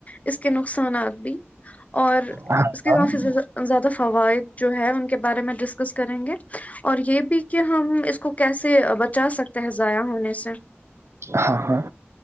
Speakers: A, on the left (about 35°); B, on the right (about 85°).
A: اس کے نقصانات بھی اور
B: ہاں
A: اس کے
B: ہاں
A: کافی زیادہ زیادہ فوائد جو ہے ان کے بارے میں ڈسکس کریں گے اور یہ بھی کہ ہم اس کو کیسے بچا سکتے ہیں ضائع ہونے سے
B: ہاں ہاں